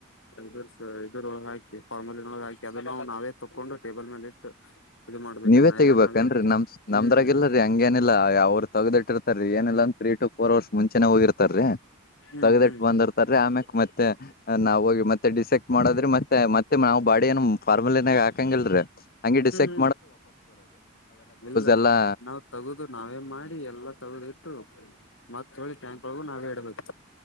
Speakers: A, on the left (about 60°); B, on the left (about 45°).
A: ಇದರ್ ಇದ್ರೊಳಗ ಹಾಕಿ ಫಾರ್ಮಲ್ಲಿನೊಳ ಹಾಕಿ ಅದೆಲ್ಲ ನಾವೇ ತಕೊಂಡು ಟೇಬಲ್ ಮೇಲೆ ಇಟ್ಟು ಇದು ಮಾಡ್ಬೇಕ್ರಿ
B: ನೀವೇ
A: ನಾ
B: ತೆಗಿಬೇಕನ್ರೀ
A: ಎಲ್ಲಾ ನಾವೇ
B: ನಮ್
A: ಹ್ಮ್
B: ನಮ್ದ್ರಾಗಲ್ಲರೀ ಹಂಗೇನಿಲ್ಲ ಅವರು ತೆಗೆದುಟ್ಟಿರ್ತಾರೀ ಏನಿಲ್ಲಾಂದ ತ್ರೀ ಟ ಫೋರ್ ಅವರ್ಸ್ ಮುಂಚೆನೆ ಹೋಗಿರ್ತಾರೀ
A: ಹ್ಮ್
B: ತೆಗೆದುಯಿಟ್ಟು
A: ಹ್ಮ್
B: ಬಂದರ್ತಾರೀ ಆಮ್ಯಕ್ ಮತ್ತೆ ನಾವ್ ಹೋಗಿ ಮತ್ತೆ ಡಿಸೆಕ್ಟ್ ಮಾಡದ್ರಿ ಮತ್ತೆ ಮತ್ತೆ ನಾವ್ ಬಾಡಿ ಏನ್ ಫಾರ್ಮ್ಯಾಲಿಗೆ ಹಾಕಂಗಿಲ್ರಿ ಹಂಗೆ ಡಿಸೆಕ್
A: ಹ್ಮ ಇಲ್ಲ
B: ಎಲ್ಲಾ
A: ನಾವ್ ತೆಗೆದು ನಾವೇ ಮಾಡಿ ಎಲ್ಲ ತೆಗೆದು ಇಟ್ಟು ಮತ್ ಒಳಗೆ ಟ್ಯಾಂಕ್ ಒಳಗು ನಾವೇ ಇಡಬೇಕು